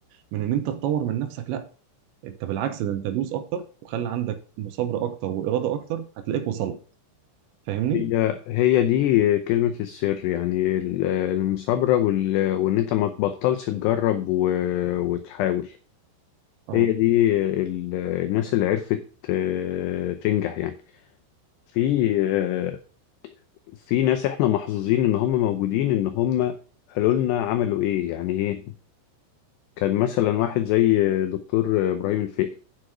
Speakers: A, on the right; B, on the left.
A: من ان انت تطور من نفسك لا انت بالعكس ده انت دوس اكتر وخلي عندك مثابره اكتر واراده اكتر هتلاقيك وصلت فاهمني؟
B: هي هي دي كلمة السر يعني ال- المثابرة وال... وإن أنت ما تبطلش تجرب و... وتحاول
A: اه
B: هي دي ال... الناس اللي عرفت آه، تنجح يعني في آه، في ناس احنا محظوظين ان هم موجودين ان هم قالوا لنا عملوا ايه يعني ايه كان مثلا واحد زي دكتور ابراهيم الفقي